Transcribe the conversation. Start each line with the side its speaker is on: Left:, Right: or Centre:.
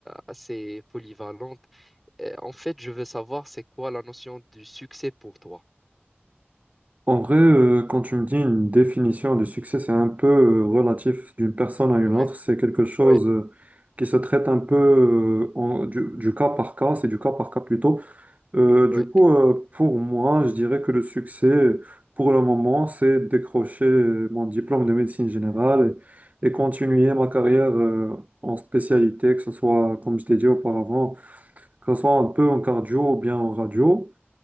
Centre: assez polyvalente. Euh, en fait, je veux savoir c'est quoi la notion du succès pour toi?
Right: En vrai, euh, quand tu me dis une définition du succès, c'est un peu euh, relatif d'une personne à une
Centre: Oui,
Right: autre. C'est quelque chose
Centre: oui,
Right: euh, qui se traite un peu euh, en- du, du cas par cas, c'est du cas par cas plutôt. Euh,
Centre: oui.
Right: du coup, euh, pour moi, je dirais que le succès, pour le moment, c'est décrocher euh, mon diplôme de médecine générale et, et continuer ma carrière euh, en spécialité, que ce soit, comme je t'ai dit auparavant. que ce soit un peu en cardio ou bien en radio.